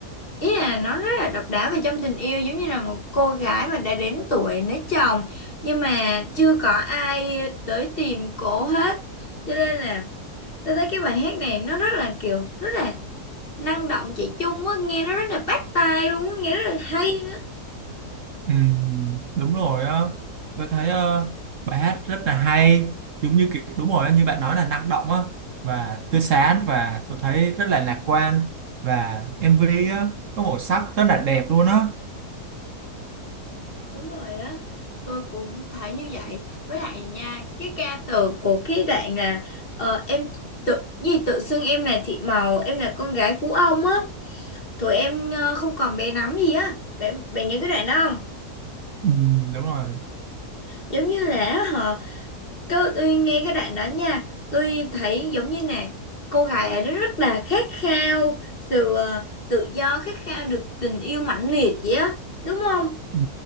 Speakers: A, on the left; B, on the right.
A: ý là nó rất là độc đáo về trong tình yêu giống như là một cô gái mà đã đến tuổi lấy chồng nhưng mà chưa có ai tới tìm cổ hết. Cho nên là Tôi thấy cái bài hát này nó rất là kiểu rất là năng động chị Chung á nghe nó rất là bắt tai luôn á, nghe rất là hay nữa.
B: Ừm, đúng rồi á tôi thấy ờ, bài hát rất là hay giống như kiểu đúng rồi á, như bạn nói là năng động á và tươi sáng và tôi thấy rất là lạc quan và MV á có màu sắc rất là đẹp luôn á
A: Đúng rồi á. Tôi cũng thấy như vậy. Với lại nha, cái ca từ của cái đoạn là ờ, em tự gì tự xưng em là Thị Màu, em là con gái Phú Ông á. Tụi em ờ, không còn bé nắm gì á. Bạn bạn nhớ cái đoạn đó không?
B: Ừm, đúng rồi
A: Giống như là hả Cứ tôi nghe cái đoạn đó nha Tôi thấy giống như nè Cô gái ấy rất là khát khao Sự ờ, tự do khát khao được tình yêu mãnh liệt vậy á Đúng không?
B: Ừ,